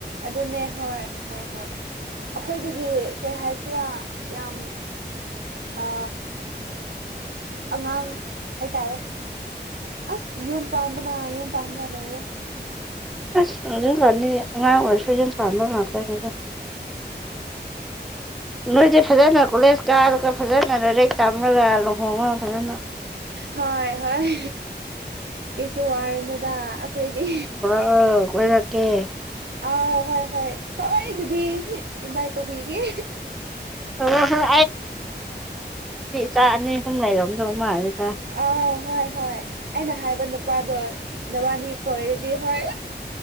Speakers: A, on the right (about 65°); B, in the centre.
A: ꯑꯗꯨꯅꯦ ꯍꯣꯏ ꯍꯣꯏ ꯍꯣꯏ ꯑꯩꯈꯣꯏꯗꯒꯤ ꯀꯩ ꯍꯥꯏꯁꯤꯔꯥ ꯌꯥꯝ ꯑ ꯑꯉꯥꯡ ꯍꯥꯏꯇꯥꯔꯦ ꯑꯁ ꯌꯨꯝ ꯄꯥꯟꯕꯅ ꯌꯨꯝ ꯄꯥꯟꯕꯅ ꯂꯣꯏꯔꯦ
B: ꯑꯁ <unintelligible> ꯑꯉꯥꯡ ꯑꯣꯏꯔꯁꯨ ꯌꯨꯝ ꯄꯥꯟꯕ ꯉꯥꯛꯇꯅꯤꯗ ꯅꯣꯏꯗꯤ ꯐꯖꯅ ꯀꯣꯂꯦꯖ ꯀꯥꯔꯒ ꯐꯖꯅ ꯂꯥꯏꯔꯤꯛ ꯇꯝꯔꯒ ꯂꯨꯍꯣꯡꯉꯣ ꯐꯖꯅ
A: ꯍꯣꯏ ꯍꯣꯏ ꯀꯩꯁꯨ ꯋꯥꯔꯨꯅꯨꯗꯥ ꯑꯩꯈꯣꯏꯗꯤ
B: ꯑ ꯀꯣꯏꯔꯛꯀꯦ
A: ꯑꯥꯎ ꯍꯣꯏ ꯍꯣꯏ ꯁꯣꯏꯗꯕꯤ ꯏꯟꯚꯥꯏꯠ ꯇꯧꯕꯤꯒꯦ
B: ꯇꯧꯔꯛꯑꯣ ꯆꯥ ꯑꯅꯤ ꯑꯍꯨꯝ ꯂꯩꯔꯣꯝꯗꯧ ꯃꯥꯜꯂꯦꯗ
A: ꯑꯥꯎ ꯍꯣꯏ ꯍꯣꯏ ꯑꯩꯅ ꯍꯥꯏꯕ ꯅꯨꯄꯥꯗꯣ ꯅꯕꯥꯅꯤ ꯀꯣꯏꯔꯗꯤ ꯍꯣꯏ